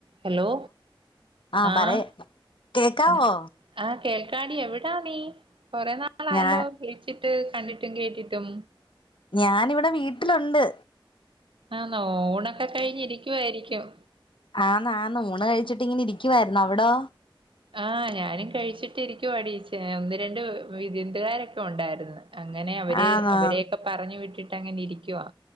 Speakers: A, on the right; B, on the left.
A: ഹലോ?
B: ആ
A: ആഹ്,
B: പറയ കേക്കാവോ
A: എഹ് ആഹ്, കേൾക്കാടി എവ്ടാ നീ കൊറേ നാളായല്ലോ?
B: ഞാൻ
A: വിളിച്ചിട്ട് കണ്ടിട്ടും കേട്ടിട്ടും.
B: ഞാനിവിടെ വീട്ടിലൊണ്ട്.
A: ആന്നൊ ഓണൊക്കെ കഴിഞ്ഞിരിക്കുവായിരിയ്ക്കും.
B: ആന്ന്, ആന്ന് ഊണ് കഴിച്ചിട്ടിങ്ങനെ ഇരിക്കുവായിര്ന്ന് അവ്ടോ?
A: ആഹ്, ഞാനും കഴിച്ചിട്ടിരിക്കുവടീ ച്ച് ഏഹ്, ഒന്ന് രണ്ട് വ് വി വിരുന്ത്കാരൊക്കെ ഒണ്ടായിര്ന്ന്. അങ്ങനെ അവര്
B: ആന്നോ
A: അവരെയൊക്കെ പറഞ്ഞു വിട്ടിട്ടങ്ങനെരിക്കുവാ.